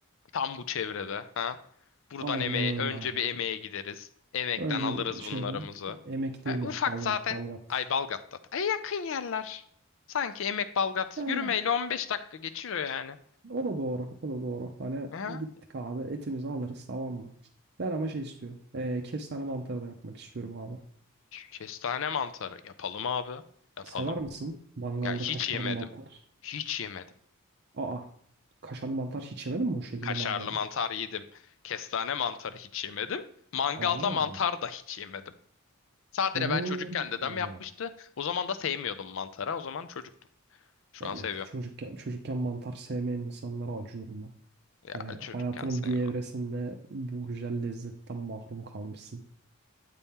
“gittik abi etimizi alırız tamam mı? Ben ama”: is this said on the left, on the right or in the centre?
Right